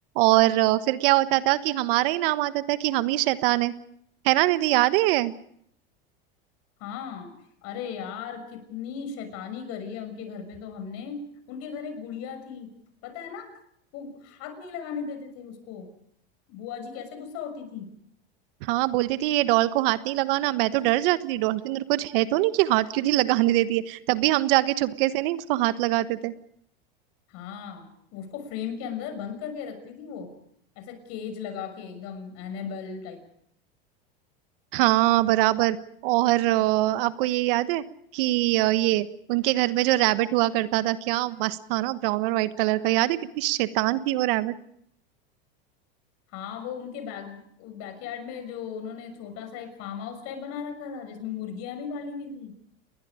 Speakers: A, on the right (about 65°); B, on the left (about 55°).
A: और अ, फिर क्या होता था कि हमारा ही नाम आता था कि हम ही शैतान है है ना निधि याद है ये?
B: हाँ अरे यार कितनी शैतानी करी है उनके घर पे तो हमने उनके घर एक गुड़िया थी पता है ना वो हाथ नहीं लगाने देते थे उसको बुआ जी कैसे गुस्सा होती थी
A: हाँ बोलती थी ये डॉल को हाथ नहीं लगाना मैं तो डर जाती थी डॉल के अंदर कुछ है तो नहीं कि हाथ क्यों नहीं लगाने देती है तब भी हम जाके चुपके से नहीं उसको हाथ लगाते थे
B: हाँ उसको फ्रेम के अंदर बंद करके रखती थी वो ऐसा केज लगा के एकदम एनेबल टाइप
A: हाँ बराबर और अ, आपको ये याद है कि अ, ये उनके घर में जो रैबिट हुआ करता था क्या मस्त था ना ब्राउन और व्हाइट कलर का याद है कितनी शैतान थी वो रैबिट
B: हाँ वो उनके बैक बैकयार्ड में जो उन्होंने छोटा सा एक फार्म हाउस टाइप बना रखा था जिसमें मुर्गियां भी पाली हुई थी